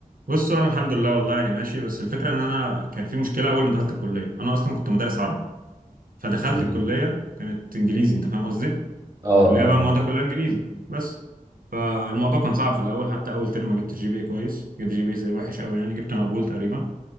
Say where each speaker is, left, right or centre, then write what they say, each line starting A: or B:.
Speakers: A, on the right (about 75°); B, on the right (about 25°).
A: بصوا انا الحمد لله والله يعني ماشي بس الفكره ان انا كان في مشكله اول ما دخلت الكليه انا اصلا كنت مدرس عربي فدخلت
B: مم.
A: الكليه كانت انجليزي انت فاهم قصدي
B: اه
A: كليه
B: اه
A: بقى موادها كلها انجليزي بس فالموضوع كان صعب في الاول حتى اول ترم ما جبت جي بي اي كويس جبت جي بي اي وحش قوي يعني جبت مقبول تقريبا